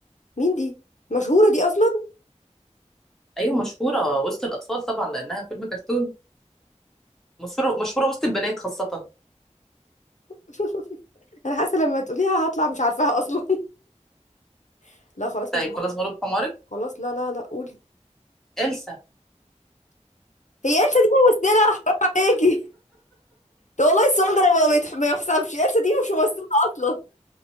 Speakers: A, on the left; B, in the centre.
A: مين دي مشهوره دي اصلا
B: أيوة مشهورة وسط الأطفال طبعا لأنها فيلم كرتون مشهورة مشهورة وسط البنات خاصة
A: <laughs> انا حاسه لما تقوليها هطلع مش عارفاها اصلا <laughs> لا خلاص
B: طيب
A: مش عارفه
B: خلاص غلب حمارك
A: خلاص لا لا لا قولي
B: إلسا
A: هي إلسا دي ممثله عليكي ده والله السؤال ده ما بيتح- ما يحسبش إلسا دي مش ممثله اصلا.